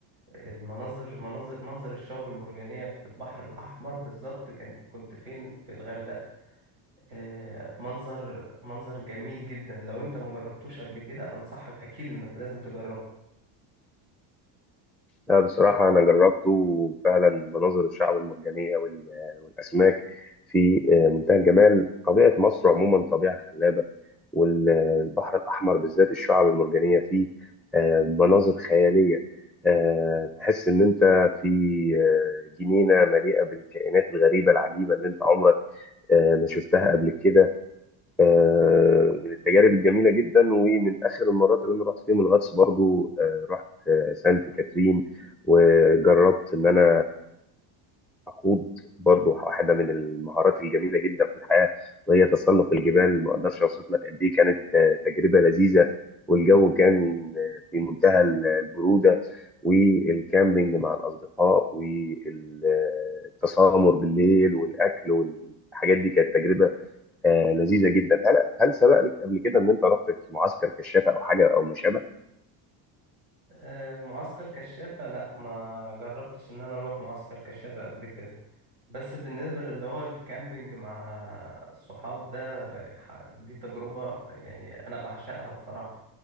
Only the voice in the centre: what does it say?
لا بصراحة أنا جربته وفعلا مناظر الشعب المرجانية وال- والأسماك في آه، منتهى الجمال طبيعة مصر عموما طبيعة خلابة والبحر الأحمر بالذات الشعب المرجانية فيه آه، مناظر خيالية آه، تحس إن أنت في آه، جنينة مليئة بالكائنات الغريبة العجيبة اللي أنت عمرك آه، ما شفتها قبل كده آه، من التجارب الجميله جدا ومن اخر المرات اللي انا رحت فيهم الغطس برضو آه، رحت آه، سانت كاترين وجربت ان انا اخوض برضو واحده من المهارات الجميله جدا في الحياه وهي تسلق الجبال ما اقدرش اوصف لك قد ايه كانت آه، تجربه لذيذه والجو كان آه، في منتهى البروده والكامبينج مع الاصدقاء والتسامر بالليل والاكل والحاجات دي كانت تجربه آه لذيذه جدا هل هل سبق لك قبل كده ان انت رحت في معسكر كشافه او حاجه او ما شابه